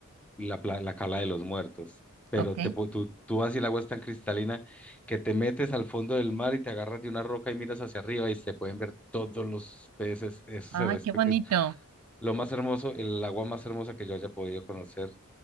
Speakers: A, in the centre; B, on the right.
A: la, pla- la Cala de los Muertos. Pero
B: okay.
A: te, pu- tú, tú vas y el agua es tan cristalina que te metes al fondo del mar y te agarras de una roca y miras hacia arriba y se pueden ver todos los peces. Eso
B: Ay,
A: se ve, espe-
B: qué bonito.
A: es lo más hermoso, el agua más hermosa que yo haya podido conocer